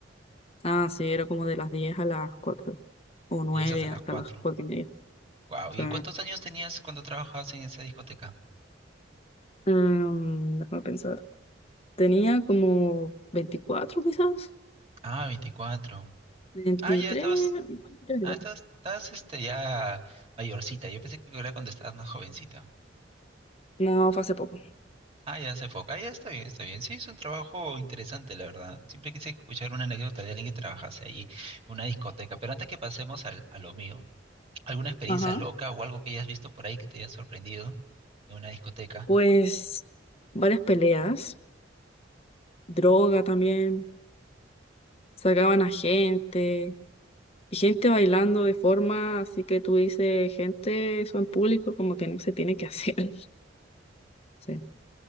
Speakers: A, on the left; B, on the right.
A: Ah, sí, era como de las 10 a las cuatro o nueve
B: y esas de las
A: hasta
B: cuatro.
A: las cuatro y media.
B: Wow,
A: Sí.
B: ¿y cuántos años tenías cuando trabajabas en esa discoteca?
A: Mm, déjame pensar. Tenía como 24 quizás,
B: Ah, 24.
A: 23
B: Ah, ya estabas,
A: veinticuatro
B: ah, estás, estás este ya mayorcita. Yo pensé que era cuando estabas más jovencita.
A: No, fue hace poco.
B: Ah, ya se foca. Ah, ya está bien, está bien. Sí, es un trabajo interesante, la verdad. Siempre quise escuchar una anécdota de alguien que trabajase ahí en una discoteca. Pero antes que pasemos al, a lo mío, ¿alguna experiencia
A: Ajá.
B: loca o algo que hayas visto por ahí que te haya sorprendido en una discoteca?
A: Pues varias peleas, droga también, sacaban a gente, y gente bailando de forma así que tú dices, gente, eso en público como que no se tiene que hacer. <laughs> Sí.